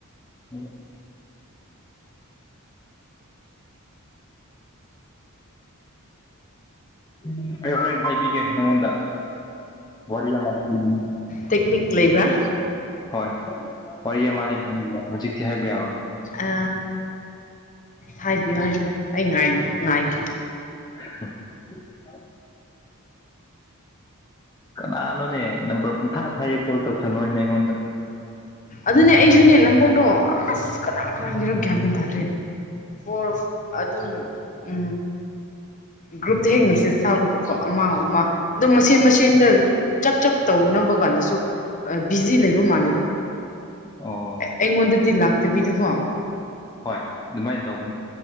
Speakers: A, on the left; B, on the left.
A: ꯎꯝ <unintelligible> ꯑꯩ ꯍꯣꯔꯦꯟ ꯍꯥꯏꯕꯤꯒꯦ ꯅꯉꯣꯟꯗ ꯋꯥꯔꯤ ꯑꯃ ꯍꯥꯏꯕꯤꯅꯤꯡ
B: ꯇꯦꯛꯅꯤꯛ ꯂꯩꯕ꯭ꯔꯥ
A: ꯍꯣꯏ ꯋꯥꯔꯤ ꯑꯃ ꯍꯥꯏꯕꯤꯕ ꯍꯧꯖꯤꯛꯇꯤ ꯍꯥꯏꯕ ꯌꯥꯔꯣꯏ
B: ꯑ ꯍꯥꯏꯕꯤꯌꯨ ꯍꯥꯏꯕꯤꯌꯨ ꯑꯩ ꯉꯥꯏꯒꯦ
A: ꯎ ꯀꯅꯥꯅꯣꯅꯦ ꯅꯝꯕꯔ ꯄꯨꯡꯊꯥ ꯊꯥꯏꯌꯦꯦ ꯀꯣꯜ ꯇꯧꯁꯜꯂꯣꯏꯅꯦ ꯑꯩꯉꯣꯟꯗ
B: ꯑꯗꯨꯅꯦ ꯑꯩꯁꯨꯅꯦ ꯅꯝꯕꯔꯗꯣ ꯑꯁ ꯀꯅꯥ ꯀꯅꯥꯒꯤꯔꯛꯒꯦꯃꯦꯟ ꯇꯥꯗ꯭꯭ꯔꯔꯤ ꯐꯣꯔ ꯑꯗꯨꯝ ꯎ ꯒ꯭ꯔꯨꯞꯇ ꯍꯦꯛ ꯃꯦꯁꯦꯁ ꯊꯥꯕꯒꯀꯣ ꯑꯃꯥꯎ ꯑꯃ ꯑꯗꯨꯝ ꯃꯁꯟ ꯃꯁꯟ ꯇ ꯆꯞ ꯆꯞ ꯇꯧꯅꯕ ꯀꯥꯟꯗꯁꯨ ꯕꯤꯖꯤ ꯂꯩꯕ ꯃꯥꯜꯂꯦꯗ
A: ꯑꯣ
B: ꯑꯩꯉꯣꯟꯗꯗꯤ ꯂꯥꯛꯇꯕꯤꯗꯀꯣ
A: ꯍꯣꯏ ꯑꯗꯨꯃꯥꯏꯅ ꯇꯧꯕꯅꯤ